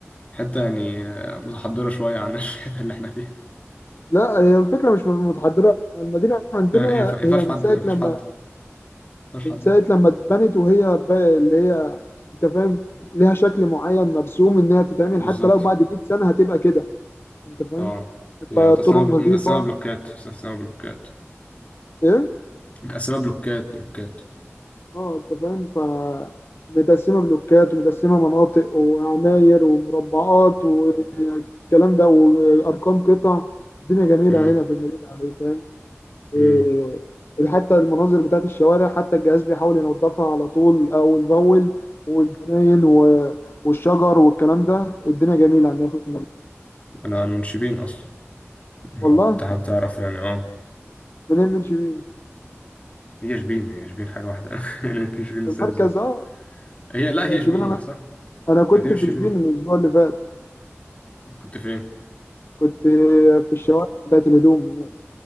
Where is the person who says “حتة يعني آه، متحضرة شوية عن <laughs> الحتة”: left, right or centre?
Left